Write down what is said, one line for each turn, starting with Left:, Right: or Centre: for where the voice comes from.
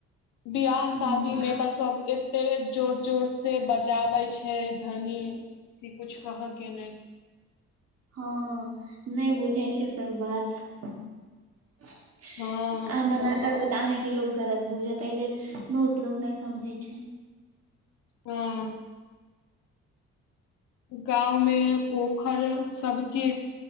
Left: बिआाह
Right: ह
Left: शादी मे तऽ सब। ते जोर जोर से बजाबै छै धनी क कुछ कहय के ने। <inaudible>
Right: हँ नहि बुझै छै सब बात। अहाँ
Left: हँ
Right: मना करबै तऽ अहाँके लोकोग गलत बुझत एहि लेल बहुत लोग नहि समझे छै।
Left: हँ। गांव मे पोखरि सबके